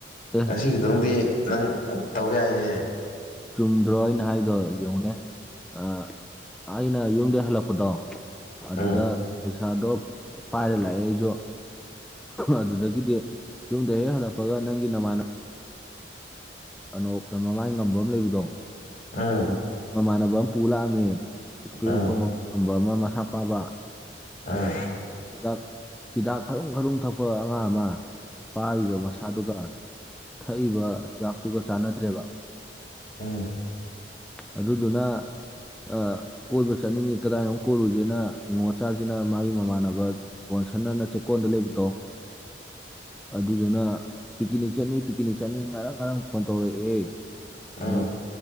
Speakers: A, in the centre; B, on the left.
A: ꯑꯦ
B: ꯉꯁꯤ ꯈꯤꯇꯪꯗꯤ ꯅꯪ ꯇꯧ ꯌꯥꯏꯍꯦ
A: ꯆꯨꯝꯗ꯭ꯔꯣ ꯑꯩꯅ ꯍꯥꯏꯗꯣ ꯌꯦꯡꯉꯨꯅꯦ ꯑ ꯑꯩꯅ ꯌꯨꯝꯗꯩ ꯍꯜꯂꯛꯄꯗꯣ ꯑꯗꯨꯗ
B: ꯎꯝ
A: ꯄꯩꯁꯥꯗꯣ ꯄꯥꯏꯔ ꯂꯥꯛꯑꯦ ꯑꯩꯁꯨ ꯑꯗꯨꯗꯒꯤꯗꯤ ꯌꯨꯝꯗ ꯍꯦꯛ ꯍꯜꯂꯛꯄꯒ ꯅꯪꯒꯤ ꯅꯃꯥꯟꯅ ꯑꯅꯣꯛꯅ ꯃꯃꯥꯏ ꯉꯝꯕ ꯑꯃ ꯂꯩꯕꯗꯣ
B: ꯎꯝ
A: ꯑꯗꯨ ꯃꯃꯥꯟꯅꯕ ꯑꯃ ꯄꯨ ꯂꯥꯛꯑꯝꯃꯦ ꯏꯁꯄꯦꯛ
B: ꯎꯝ
A: ꯎꯞꯄ <unintelligible> ꯉꯝꯕ ꯑꯃ ꯃꯁꯥ ꯄꯥꯕ
B: ꯑꯥ
A: ꯍꯤꯗꯥꯛ ꯍꯤꯗꯥꯛ ꯈꯔꯨꯡ ꯈꯔꯨꯡ ꯊꯛꯄ ꯑꯉꯥꯡ ꯑꯃ ꯄꯥꯔꯤꯕ ꯃꯁꯥ ꯁꯥꯗꯨꯒ ꯊꯛꯏꯕ ꯍꯤꯗꯥꯛꯇꯨꯒ ꯆꯥꯟꯅꯗ꯭ꯔꯦꯕ
B: ꯎꯝ
A: ꯑꯗꯨꯗꯨꯅ ꯑ ꯀꯣꯏꯕ ꯆꯠꯅꯤꯡꯉꯤ ꯀꯗꯥꯏꯅꯣꯃ ꯀꯣꯏꯔꯨꯁꯦꯅ ꯅꯉꯣꯆꯥꯁꯤꯅ ꯃꯥꯒꯤ ꯃꯃꯥꯟꯅ ꯕ ꯕꯣꯟꯁꯟ ꯑꯅ ꯆꯦꯛꯀꯣꯟꯗ ꯂꯩꯕꯗꯣ ꯑꯗꯨꯗꯨꯅ ꯄꯤꯀꯤꯅꯤꯛ ꯆꯠꯅꯤ ꯄꯤꯀꯤꯅꯤꯛ ꯆꯠꯅꯤ ꯉꯔꯪ ꯉꯔꯪ ꯐꯣꯟ ꯇꯧꯔꯛꯑꯦ
B: ꯎꯝ
A: ꯎ
B: ꯎꯝ